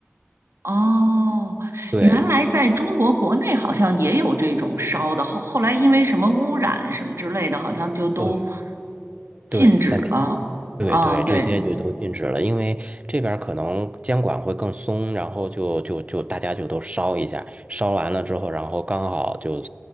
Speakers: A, on the right; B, on the right.
A: 哦，
B: 对
A: 原来在中国国内好像也有这种烧的，后后来因为什么污染什么之类的，好像就都
B: 对
A: 禁止了。
B: 对，暂停。对对，
A: 啊，对，
B: 这些就都禁止了，因为这边儿可能监管会更松，然后就就就大家就都烧一下，烧完了之后，然后刚好就